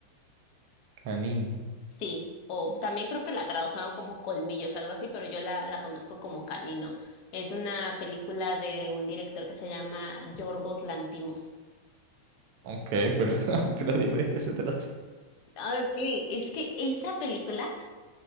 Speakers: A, on the right; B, on the left.
A: Canino.
B: Sí, o también creo que la tradujeron como Colmillos, algo así, pero yo la, la conozco como Canino. Es una película de un director que se llama Yorgos Lantimos.
A: Ok, pero, <laughs> pero dime de qué se trata.
B: Okay, es que esa película,